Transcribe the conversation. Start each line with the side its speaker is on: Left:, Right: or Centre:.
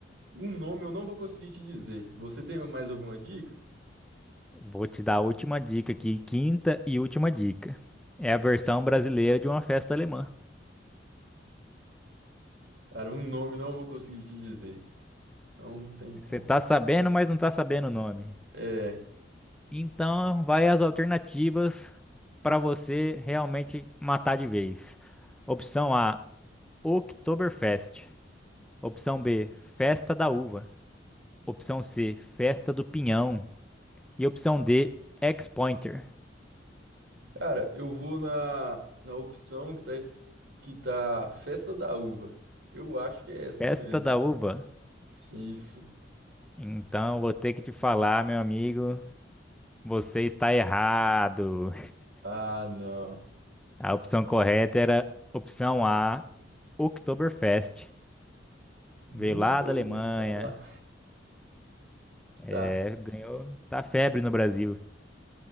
Right: o nome eu não vou conseguir te dizer. Você tem mais alguma dica?
Centre: Vou te dar a última dica aqui, quinta e última dica. É a versão brasileira de uma festa alemã.
Right: Cara, o nome não vou conseguir te dizer. Não tem como.
Centre: Você tá sabendo, mas não tá sabendo o nome.
Right: É.
Centre: Então, vai as alternativas para você realmente matar de vez. Opção A, Oktoberfest. Opção B, Festa da Uva. Opção C, Festa do Pinhão. E opção D, Ex-Pointer,
Right: Cara, eu vou na, na opção que tá, es- que tá Festa da Uva. Eu acho que é essa
Centre: Festa
Right: mesmo.
Centre: da Uva.
Right: Sim, isso.
Centre: Então, vou ter que te falar, meu amigo, você está errado.
Right: Ah, não.
Centre: A opção correta era opção A, Oktoberfest.
Right: Nunca
Centre: Veio lá da
Right: ouvi
Centre: Alemanha,
Right: falar. Tá,
Centre: é, ganhou, tá febre no Brasil.